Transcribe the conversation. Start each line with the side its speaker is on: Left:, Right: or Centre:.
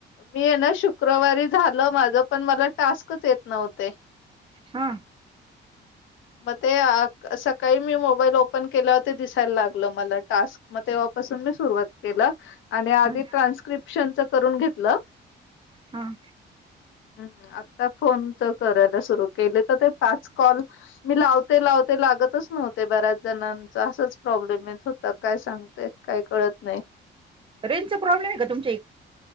Left: मी आहे ना शुक्रवारी झालं माझ पण मला. टास्कच येत नव्हते.
Right: हा
Left: मग ते सकाळी मी मोबाईल ओपन केलाते दिसायला लागलं मला टास्क म तेव्हापासून. सुरवात के आणि आधी
Right: हा
Left: ट्रान्स्क्रिप्शन करून घेतलं.
Right: हम
Left: हम्म आ फोन तर करायला सुरु केले तर ते पाच कॉल मी लावते लावते लागतच नव्हते. ते बऱ्याच जणांचा असच प्रॉब्लेम येत होता काय सांगते काय कळत नाही.
Right: रेंजचा प्रॉब्लेम आहे का तुमच.